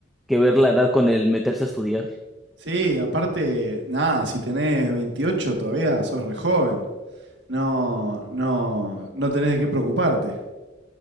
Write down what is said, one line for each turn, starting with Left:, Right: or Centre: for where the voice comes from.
Centre: que ver la edad con el meterse a estudiar.
Right: Sí, aparte, nada, si tenés 28 todavía sos re joven. No, no, no tenés de qué preocuparte.